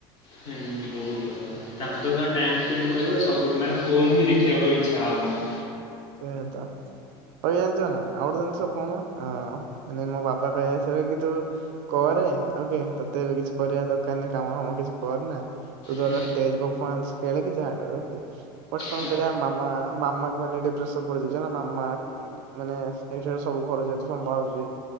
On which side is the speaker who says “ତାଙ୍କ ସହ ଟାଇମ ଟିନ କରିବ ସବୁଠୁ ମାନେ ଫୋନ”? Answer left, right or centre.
Left